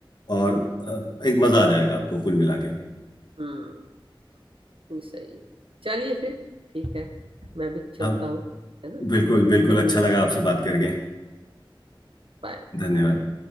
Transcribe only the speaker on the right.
हम्म नहीं सही है चलिए फिर ठीक है मैं भी चलता
हूँ है ना
हाँ
ओके
बाय